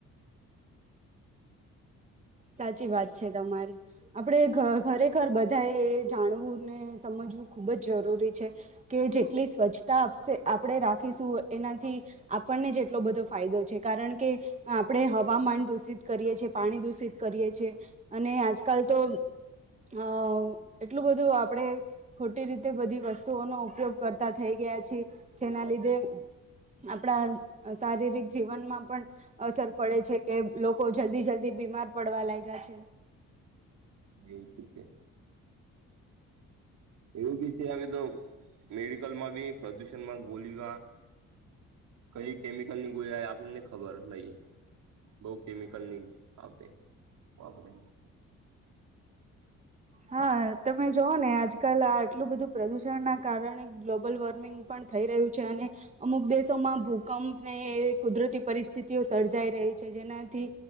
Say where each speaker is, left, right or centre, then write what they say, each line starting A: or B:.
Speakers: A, on the right; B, on the right.
A: સાચી વાત છે તમારી આપડે ખરેખર બધા એ એ જાણવું ને સમજ ખૂબ જ જરૂરી છે કે જેટલી સ્વચ્છતા આપણેે રાખીશું એનાથી આપણને જ એટલો બધો ફાયદો છે કારણ કે આપણે હવામાન દૂષિત કરીએ છીએ પાણી દૂષિત કરીએ છે અને આજકાલ તો અ એટલું બધું આપણેે ખોટી રીતે બધી વસ્તુઓનોો ઉપયોગ કરતા થઈ ગ ગયા છેી જેના લીધે આપણા શારીરિક જીવનમાં પણ અસર પડે છે કે લોકો જલ્દી જલ્દી બીમાર પડવા લાગ્યા છે
B: એવું છે એવું બી છે હવે તો મેડિકલ માં બી પ્રદુષણમાં ગોલીમાં કઈ કેમિકલ ની ગોજાય આપનેને ખબર લઈ બઉ કેમિકલ ની આપે વાપરે
A: હા તમે જોવ ને આજકાલ આ આટલું બધું પ્રદુષણ ના કારણે ગ્લોબલ વોર્મિંગ પણ થઈ રહ્યું છે અને અમુક દેશોમાં ભૂકંપને કુદરતી પરિસ્થિતિઓ સર્જાઈ રહી છે જેનાથી